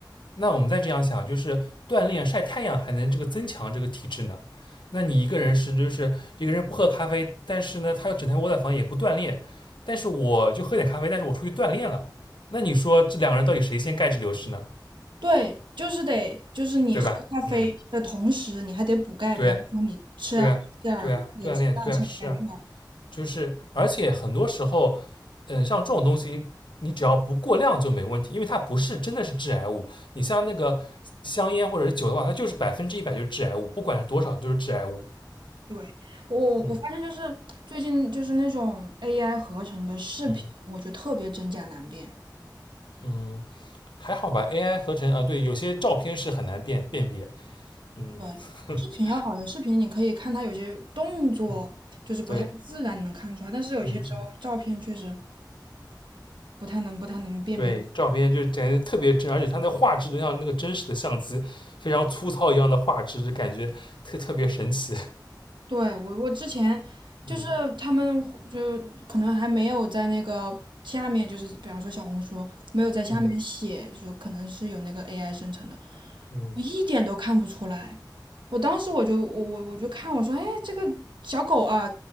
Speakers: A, on the left; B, on the right.
A: 那我们再这样想，就是锻炼晒太阳还能这个增强这个体质呢。那你一个人是就是一个人不喝咖啡，但是呢他又整天窝在房也不锻炼，但是我就喝点咖啡，但是我出去锻炼了。那你说这两个人到底谁先钙质流失呢？
B: 对，就是得就是你喝咖啡的同时，
A: 对吧？嗯，
B: 你还得补钙，
A: 对啊，
B: 比方说你吃点儿吃点儿这个鸡蛋，
A: 对啊，对啊，锻炼，对啊，
B: 吃点儿钙片。
A: 是啊。就是而且很多时候，嗯，像这种东西，你只要不过量就没问题，因为它不是真的是致癌物。你像那个香烟或者是酒的话，它就是百分之一百就是致癌物，不管是多少都是致癌物。
B: 对，我我发现就是最近就是那种
A: 嗯
B: AI 合成的视频，
A: 嗯
B: 我觉得特别真假难辨。
A: 嗯，还好吧，AI 合成啊，对，有些照片是很难辨辨别。嗯
B: 对，
A: <laughs>
B: 视频要好的视频，你可以看它有些动作就是不太自然，
A: 嗯，对，
B: 能看出来，但是有些时候照片确实
A: 嗯嗯。
B: 不太能不太能辨别
A: 对，照片就感觉特别真，而且它那画质都像那个真实的相机，非常粗糙一样的画质，就感觉特特别神奇。
B: 对，我我之前就是他们就可能还没有在那个下面，
A: <laughs> 嗯
B: 就是比方说小红书没有在下面写说可能是有那个
A: 嗯。
B: AI 生成的，
A: 嗯
B: 我一点都看不出来。我当时我就我我我就看我说，哎，这个小狗啊，